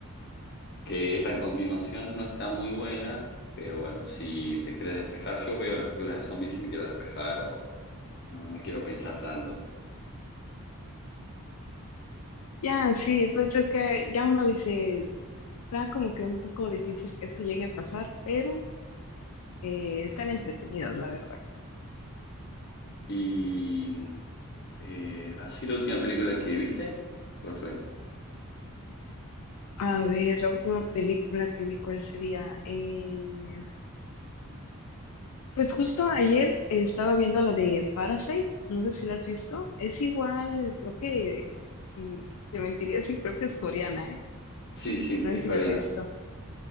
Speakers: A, on the left; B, on the left.
A: que es la continuación, no está muy buena, pero bueno, si te quieres despejar, yo veo las películas de zombies y me quiero despejar o no, no quiero pensar tanto.
B: Ya, sí, pues es que ya uno dice, está como que un poco difícil que esto llegue a pasar, pero eh, están entretenidas, la verdad.
A: Y eh, así la última película que viste, ¿cuál fue?
B: A ver, la última película que vi, ¿cuál sería? Eh, pues justo ayer estaba viendo la de Parasite, no sé si la has visto. Es igual, creo que, mm, te mentiría si creo que es coreana, ¿eh?
A: Sí, sí,
B: No
A: es
B: sé
A: coreana.
B: si la has visto.